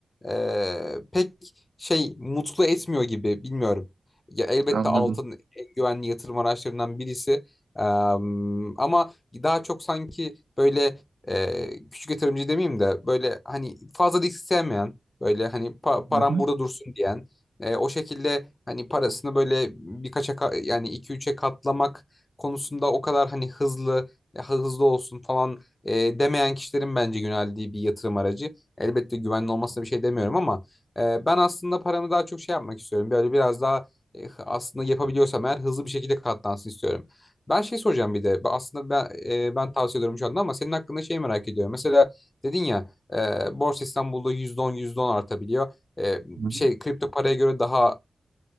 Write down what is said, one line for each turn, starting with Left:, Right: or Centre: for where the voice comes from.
Left: e, pek şey mutlu etmiyor gibi bilmiyorum. Ya elbette
Right: anladım.
Left: altın en güvenli yatırım araçlarından birisi. Em, ama daha çok sanki böyle e, küçük yatırımcı demeyeyim de böyle hani fazla risk sevmeyen böyle hani pa- param
Right: Hı hı.
Left: burada dursun diyen e, o şekilde hani parasını böyle birkaça ka- yani 2-3'e katlamak konusunda o kadar hani hızlı ya hızlı olsun falan e, demeyen kişilerin bence yöneldiği bir yatırım aracı. Elbette güvenli olmasına bir şey demiyorum ama e, ben aslında paramı daha çok şey yapmak istiyorum. Böyle biraz daha e, aslında yapabiliyorsam eğer hızlı bir şekilde katlansın istiyorum. Ben şey soracağım bir de. Aslında ben e, ben tavsiye ediyorum şu anda ama senin hakkında şey merak ediyorum. Mesela dedin ya e, Borsa İstanbul'da yüzde on yüzde on artabiliyor. E,
Right: Hı hı.
Left: şey kripto paraya göre daha